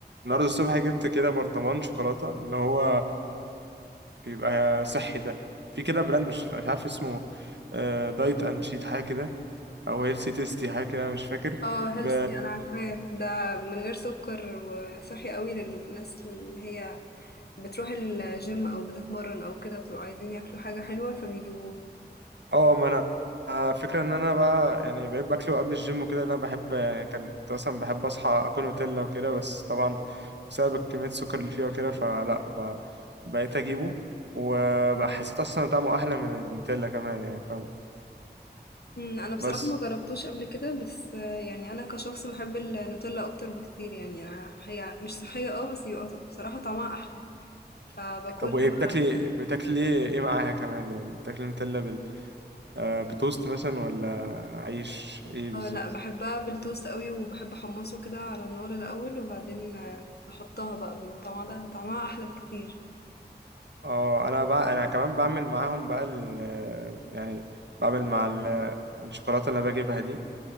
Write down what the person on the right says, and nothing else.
النهارده الصبح جبت كده برطمان شوكولاته اللي هو بيبقى صحي ده في كده براند مش مش عارف اسمه آه، دايت اند شيت حاجه كده او هيلسي تيستي حاجه كده مش فاكر
ب...
اه ما انا آه، فكرة ان انا بقى يعني بقيت باكله قبل الجيم وكده إن انا بحب يعني كان كنت مثلا بحب اصحى اكل نوتيلا وكده بس طبعا بسبب كمية السكر اللي فيها وكده فلا ب... بقيت اجيبه وبقى حسيت اصلا طعمه احلى من النوتيلا كمان يعني فاهم
بس
طب وايه
بتاكلي بتاكلي ايه إيه معاها كمان يعني بتاكلي نوتيلا بال... آه بتوست مثلا ولا عيش ايه بالظبط
اه انا بع... انا كمان بعمل معاهم بقى ال... يعني بعمل مع ال... الشوكولاته اللي أنا بجيبها دي